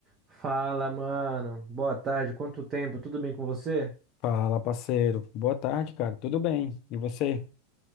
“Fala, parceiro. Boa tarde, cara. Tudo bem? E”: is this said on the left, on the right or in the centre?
Left